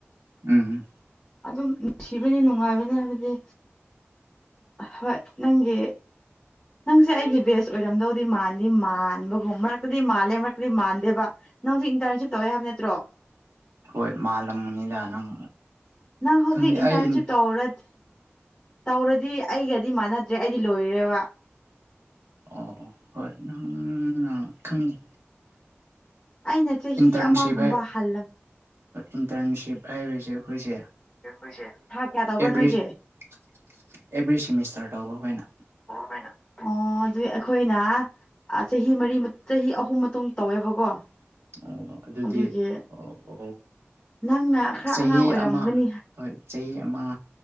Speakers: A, on the right (about 75°); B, on the left (about 15°).
A: ꯎꯝ
B: ꯑꯗꯨꯝ <unintelligible> ꯅꯨꯡꯉꯥꯏꯕꯅꯤ ꯍꯥꯏꯕꯗꯤ ꯑꯍꯣꯏ ꯅꯪꯒꯤ ꯅꯪꯁꯦ ꯑꯩꯒꯤ ꯕꯦꯁ ꯑꯣꯏꯔꯝꯗꯧꯗꯤ ꯃꯥꯟꯗꯤ ꯃꯥꯟꯕꯒꯨꯝ ꯃꯔꯛꯇꯗꯤ ꯃꯥꯜꯂꯦ ꯃꯔꯛꯇꯗꯤ ꯃꯥꯟꯗꯦꯕꯥ ꯅꯪꯁꯨ ꯏꯟꯇꯔꯟꯁꯤꯞ ꯇꯧꯋꯦ ꯍꯥꯏꯕ ꯅꯠꯇ꯭ꯔꯣ
A: ꯍꯣꯏ ꯃꯥꯜꯂꯝꯅꯤꯗ ꯅꯪ
B: ꯅꯪ ꯍꯧꯖꯤꯛ
A: ꯈꯪꯗꯦ
B: ꯏꯟꯇꯔꯟꯁꯤꯞ
A: ꯑꯩ ꯑꯣ
B: ꯇꯧꯔꯗꯤ ꯇꯧꯔꯗꯤ ꯑꯩꯒꯗꯤ ꯃꯥꯟꯅꯗ꯭ꯔꯦ ꯑꯩꯗꯤ ꯂꯣꯏꯔꯦꯕꯥ
A: ꯑꯣ ꯍꯣꯏ ꯅꯪꯅ ꯈꯪꯉꯤ
B: ꯑꯩꯅ ꯆꯍꯤ
A: ꯏꯟꯇꯔꯟꯁꯤꯞ
B: ꯑꯃꯒꯨꯝꯕ ꯍꯜꯂꯛ
A: ꯏꯟꯇꯔꯟꯁꯤꯞ ꯍꯥꯏꯔꯤꯁꯦ ꯑꯩꯈꯣꯏꯁꯦ
B: ꯑꯩꯈꯣꯏꯁꯦ ꯊꯥ ꯀꯌꯥ ꯇꯧꯕ꯭ꯔꯥ
A: ꯑꯦꯚ꯭ꯔꯤ
B: ꯅꯣꯏꯒꯤ
A: <unintelligible> ꯑꯦꯚ꯭ꯔꯤ ꯁꯦꯃꯤꯁꯇꯔ ꯇꯕ ꯑꯩꯈꯣꯢꯅ
B: <inaudible> ꯑꯣ ꯑꯗꯨ ꯑꯩꯈꯣꯏꯅ ꯆꯍꯤ ꯃꯔꯤ ꯆꯍꯤ ꯑꯍꯨꯝ ꯃꯇꯨꯡ ꯇꯧꯋꯦꯕꯀꯣ
A: ꯑꯣ ꯑꯗꯨꯗꯤ
B: ꯑꯗꯨꯒꯤ
A: ꯑꯣ
B: ꯅꯪꯅ ꯈꯔꯥ
A: ꯆꯍꯤ
B: ꯑꯉꯥꯡ ꯑꯣꯏꯔꯝꯒꯅꯤ
A: ꯑꯃ ꯍꯣꯏ ꯆꯍꯤ ꯑꯃ